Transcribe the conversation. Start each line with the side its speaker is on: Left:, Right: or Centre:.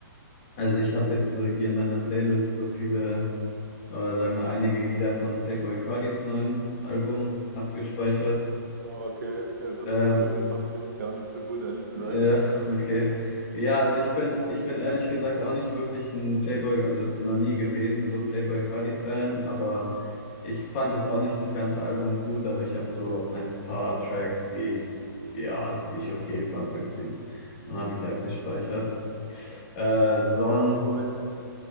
Left: also ich habe jetzt so hier in meiner Playlist so viele oder sagen wir einige Lieder von Playboi Cartis neuem Album abgespeichert.
Right: Oh, okay, ja, das,
Left: Ähm,
Right: das finde ich, fand ich jetzt gar nicht so gut, ehrlich gesagt.
Left: Ja, okay. Ja, also ich bin, ich bin ehrlich gesagt auch nicht wirklich ein Playboy, also noch nie gewesen, so Playboy Cardi-Fan, aber ich fand jetzt auch nicht das ganze Album gut, aber ich habe so ein paar Tracks, die ich, ja, die ich okay fand irgendwie. Dann habe ich die abgespeichert. Äh, sonst,
Right: Ja, so eins.